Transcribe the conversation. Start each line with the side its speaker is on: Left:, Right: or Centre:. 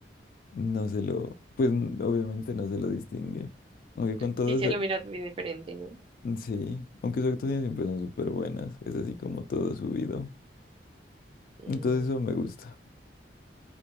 Left: no se lo, pues n- obviamente no se lo distingue. Aunque con todos,
Right: Sí, se lo mira bien diferente, ¿no?
Left: sí, aunque sus actuaciones siempre son súper buenas, es así como todo subido.
Right: Mm,
Left: Entonces eso me gusta.